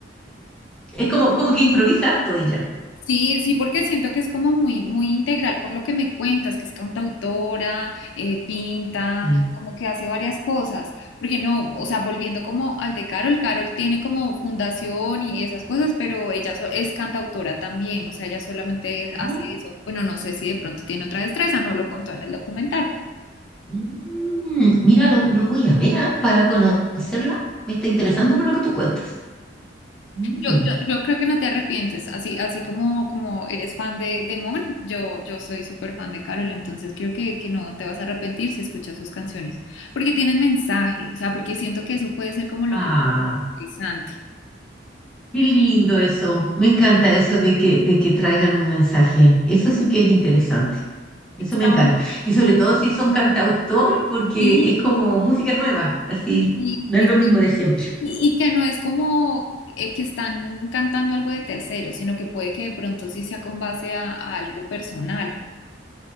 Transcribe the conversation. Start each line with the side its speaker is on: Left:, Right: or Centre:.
Centre: Es como, como que improvisa harto ella.
Left: Sí, sí, porque siento que es como muy, muy integral por lo que me cuentas, que es cantautora, eh, pinta,
Centre: Sí.
Left: como que hace varias cosas. Porque no, o sea, volviendo como al de Carol, Carol tiene como fundación y esas cosas, pero ella so- es cantautora también, o sea, ella solamente
Centre: Ajá.
Left: hace eso. Bueno, no sé si de pronto tiene otra destreza, no lo contó en el documental.
Centre: Mm, mira, lo, lo voy a ver, ah, Para conocerla. Me está interesando por lo que tú cuentas. Mm.
Left: Yo, yo, yo creo que no te arrepientes, así, así como, como eres fan de, de Mon, yo, yo soy súper fan de Carol, entonces creo que, que no te vas a arrepentir si escuchas sus canciones, porque tienen mensaje, o sea, porque siento que eso puede ser como lo
Centre: Ah,
Left: que lo interesante.
Centre: qué lindo eso. Me encanta eso de que, de que traigan un mensaje. Eso sí que es interesante. Eso me
Left: ¿sabes?
Centre: encanta. Y sobre todo si son cantautor, porque
Left: Sí,
Centre: es como música nueva, así.
Left: y,
Centre: No
Left: y-
Centre: es lo mismo de siempre.
Left: y que no es como eh, que están cantando algo de tercero, sino que puede que de pronto sí sea con base a, a algo personal.